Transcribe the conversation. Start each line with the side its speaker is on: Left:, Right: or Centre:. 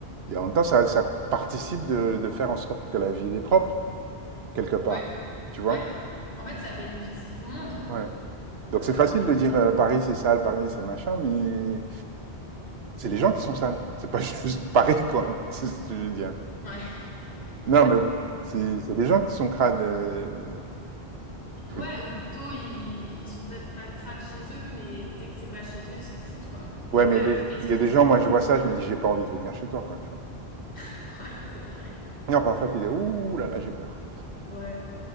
Right: Et en même temps, ça, ça participe de, de faire en sorte que la ville est propre, quelque part.
Left: Ouais.
Right: Tu vois?
Left: Ouais. En fait, ça bénéficie tout le monde.
Right: Ouais.
Left: Euh,
Right: Donc c'est facile de dire euh, Paris c'est sale, Paris c'est machin, mais c'est les gens qui sont sales. C'est pas <laughs> juste Paris quoi. <laughs> C'est ce que je veux dire.
Left: ouais.
Right: Non mais c'est c'est des gens qui sont crades. euh, faut
Left: Ouais,
Right: dire.
Left: ou plutôt, ils, ils sont peut-être pas crades chez eux, mais dès que c'est pas chez eux, ils s'en foutent, quoi. Et
Right: Ouais
Left: ouais,
Right: mais
Left: après,
Right: il y, a des
Left: ils, se
Right: il y
Left: ils
Right: a des
Left: se
Right: gens,
Left: plaignent
Right: moi je
Left: que
Right: vois ça,
Left: c'est ça.
Right: je me dis j'ai pas envie de venir chez toi quoi, tu vois.
Left: <laughs> Ouais, c'est vrai.
Right: Non parfois tu dis ouh là là j'ai peur.
Left: Ouais.